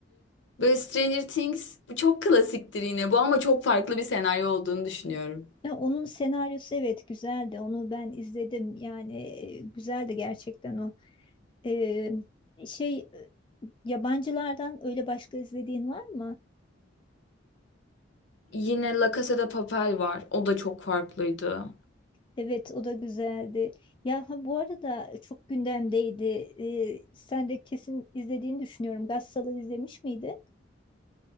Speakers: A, on the left; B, on the left.
A: Böyle Stranger Things bu çok klasiktir yine bu ama çok farklı bir senaryo olduğunu düşünüyorum.
B: Ya onun senaryosu evet güzeldi. Onu ben izledim. Yani e, güzeldi gerçekten o. Ee, şey e, yabancılardan öyle başka izlediğin var mı?
A: Yine La Casa de Papel var. O da çok farklıydı.
B: Evet o da güzeldi. Ya ha, bu arada çok gündemdeydi. Ee, sen de kesin izlediğini düşünüyorum. Gassal'ı izlemiş miydin?